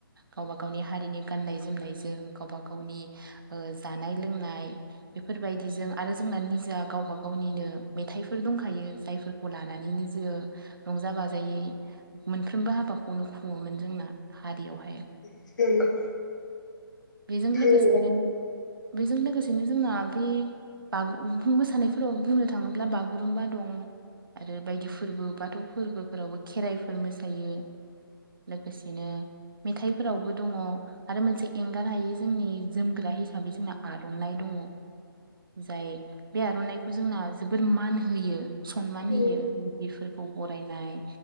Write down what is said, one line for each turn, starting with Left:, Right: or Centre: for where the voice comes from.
Right: गावबा गावनि हारिनि गाननाय जोमनायजों गावबा गावनि नि ओ जानाय लोंनाय बेफोरबायदिजों आरो जोंना निजाआ गावबा गावनिनो मेथाइफोर दंखायो जायफोरखौ लानानैनो जो रंजा बाजायै मोनफ्रबो हाबाखौ खौनो खुङोमोन जोंना। हारियावहाय
Left: औ उम औ औ उम
Right: बेजों लोगोसेनो।
Left: उम
Right: बेजों लोगोसेनो जोंना बे बा बुं मोसानायफोराव बुंनो थाङोब्ला बागुरुम्बा दं। आरो बायदि फोरबो बाथौ फोरबोफोरावबो खेराइफोर मोसायो। लोगोसेनो मेथाइफोरावबो दङ आरो मोनसे एंगार हायो जोंनि जोमग्रा हिसा बै जोंना आर'नानायइ दङ। जाय बे आर'नाइखौ जोंना जोबोर मान होयो। सनमान
Left: औ
Right: होयो बिदिरफोरखौ बरायनाय